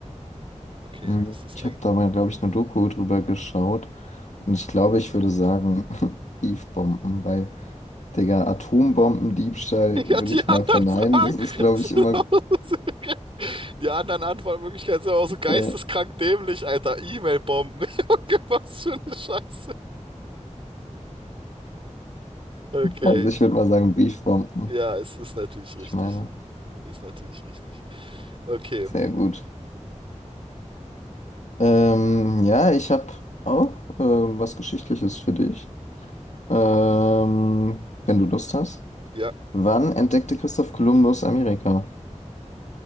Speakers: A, on the right; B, on the left.
A: Okay,
B: Mhm.
A: das ist
B: Ich
A: eigentlich.
B: habe da
A: <laughs>
B: mal, glaube ich, eine Doku drüber geschaut und ich glaube, ich würde sagen, <laughs> Eve-Bomben, weil, Digga, Atombombendiebstahl
A: Ja,
B: würde
A: die
B: ich
A: anderen
B: mal verneinen.
A: Fragen.
B: Das ist,
A: <laughs>
B: glaube
A: sind
B: ich, immer,
A: auch so <laughs> geil. Die anderen Antwortmöglichkeiten sind auch so geisteskrank
B: äh,
A: dämlich, Alter. E-Mail-Bomben. <laughs> Junge, was für eine Scheiße. Okay.
B: also ich würde mal sagen, Briefbomben.
A: Ja, es ist natürlich richtig.
B: Ich meine,
A: Ist natürlich richtig. Okay.
B: sehr gut. Ähm, ja, ich habe auch ähm, was Geschichtliches für dich, ähm, wenn du Lust hast.
A: Ja.
B: Wann entdeckte Christoph Kolumbus Amerika?